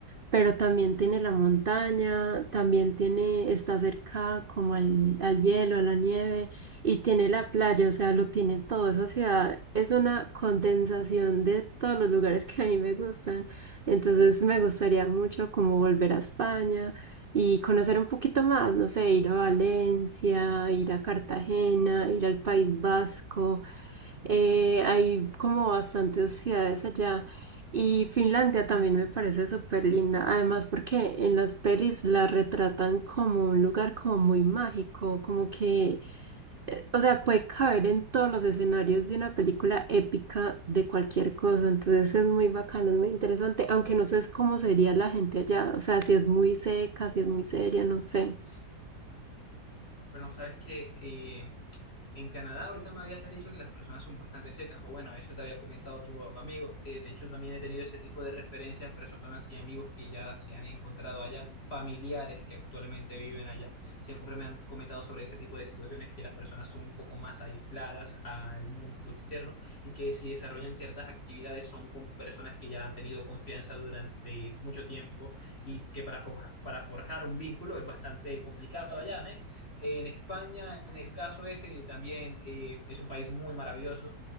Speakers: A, on the right (about 40°); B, on the left (about 35°).
A: pero también tiene la montaña, también tiene, está cerca como al, al hielo, a la nieve, y tiene la playa, o sea, lo tiene todo. Esa ciudad es una condensación de todos los lugares que a mí me gustan. Entonces me gustaría mucho como volver a España y conocer un poquito más, no sé, ir a Valencia, ir a Cartagena, ir al País Vasco. Eh, hay como bastantes ciudades allá y Finlandia también me parece súper linda, además porque en las pelis la retratan como un lugar como muy mágico, como que, eh, o sea, puede caber en todos los escenarios de una película épica de cualquier cosa, entonces es muy bacano, es muy interesante, aunque no sé cómo sería la gente allá, o sea, si es muy seca, si es muy seria, no sé.
B: Bueno, sabes que eh, en Canadá ahorita me habías dicho que las personas son bastante secas, o bueno, eso te había comentado tu amigo. Eh, de hecho, también he tenido ese tipo de referencias, personas y amigos que ya se han encontrado allá, familiares que actualmente viven allá. Siempre me han comentado sobre ese tipo de situaciones que las personas son un poco más aisladas al mundo externo y que si desarrollan ciertas actividades son con personas que ya han tenido confianza durante mucho tiempo y que para forja- para forjar un vínculo es bastante complicado allá, ¿no? En España, en el caso ese, también eh, es un país muy maravilloso